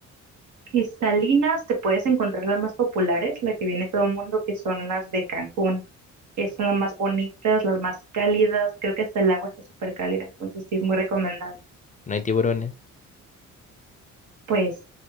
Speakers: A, on the right (about 75°); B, on the left (about 25°).
A: Cristalinas, te puedes encontrar las más populares, la que viene todo el mundo, que son las de Cancún, que son las más bonitas, las más cálidas, creo que hasta el agua está súper cálida, entonces sí es muy recomendable.
B: ¿No hay tiburones?
A: Pues